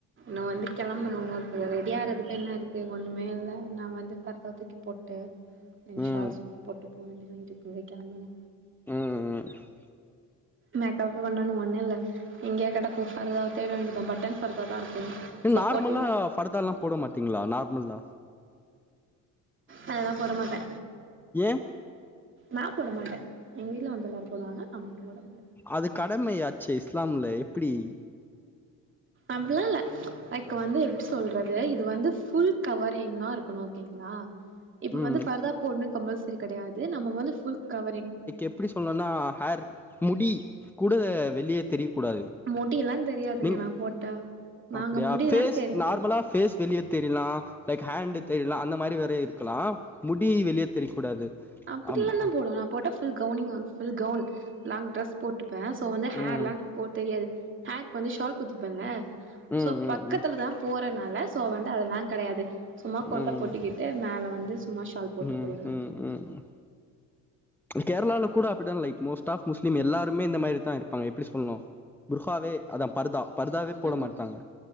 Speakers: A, on the right; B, in the centre.
A: நா வந்து கெளம்பணு அப்றோ ரெடி ஆறதுக்கு என்ன இருக்கு ஒன்னுமே இல்ல நா வந்து ஃபர்தா தூக்கி போட்டு எ
B: ம்
A: ஷால் சும்மா போட்டு போ வேண்டிதா இதுக்மேலதா கெளம்பணு
B: ம் ம்
A: மேக்கப் பண்ணுன் ஒன்னு இல்ல எங்கயா கடக்கு ஃபர்தாவ தேட வேண்டிதா பட்டன் ஃபர்தாதா இருக்கு
B: ம்
A: சோ
B: நார்மலா
A: போட்டுக்க
B: ஃபர்தாலா போட மாட்டிங்ளா நார்மலா
A: அதலா போட மாட்டே
B: ஏ
A: நா போட மாட்டே எங்க வீட்ல வந்து எல்லாரு போடுவாங்க நா மட்டு போட மாட்டே
B: அது கடமையாச்சே இஸ்லாம்ல எப்புடி
A: அப்டிலா இல்ல லைக் வந்து எப்டி சொல்றது இது வந்து ஃபுல் கவரிங்கா இருக்கணு ஓகேங்ளா இப்ப
B: ம்
A: வந்து பர்தா போட்து கம்பல் கடையாது நம்ம வந்து ஃபுல் கவரிங்
B: எப்டி சொல்னுனா ஹேர் முடி கூட வெளிய தெரியக்கூடாது
A: முடியெல்லா தெரியாதுங்க
B: நீங்க
A: நா போட்டா நாங்க
B: அப்டியா
A: முடியெல்லா
B: பேஸ்
A: தெரியு
B: நார்மலா பேஸ் வெளிய தெரியலா லைக் ஹேண்டு தெரியலா அந்த மாரி வேற இருக்கலா முடி வெளிய தெரியக்கூடாது
A: அப்டிலாதா
B: ஆமா
A: போடுவ நா போட்டா ஃபுல் கவுனிங் ஃபுல் கவுன் லாங் ட்ரெஸ் போட்டுப்பேன் சோ வந்து ஹேர்லாம்
B: ம்
A: போ தெரியாது ஹேர்க்கு வந்து ஷால் குத்திப்பேன்ல
B: ம்
A: சோ
B: ம்
A: பக்கத்துல
B: ம்
A: தான் போறனால ஸோ வந்து அதெல்லாம் கிடையாது சும்மா கொண்ட
B: ம்
A: போட்டுக்கிட்டு மேல வந்து சும்மா ஷால் போட்டு
B: ம்
A: போயிடுவே
B: ம் ம் கேரளால கூட அப்டித்தா லைக் மோஸ்ட் ஆஃப் முஸ்லீம் எல்லாருமே இந்த மாரிதா இருப்பாங்க எப்டி சொல்ணும் புருஹாவே அதான் பருதா பருதாவே போட
A: ம்
B: மாட்டாங்க